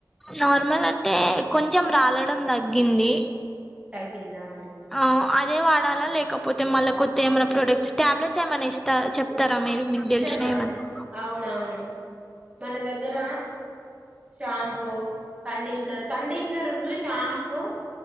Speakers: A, in the centre; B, on the right.
A: నార్మల్ అంటే కొంచెం రాలడం తగ్గింది
B: తగ్గిందా
A: ఆ అదే వాడాలా లేకపోతే మళ్ళీ కొత్త ఏమై ప్రొడక్ట్స్ టాబ్లెట్స్ ఏమైన్నా ఇస్తారా చె ఇతారా మీరు మీకు
B: ఇతరా
A: తెలిసిన ఏమన్నా
B: అవునవును మన దగ్గర షాంపూ కండిషనర్ కండిషనర్ ఉన్న షాంపూ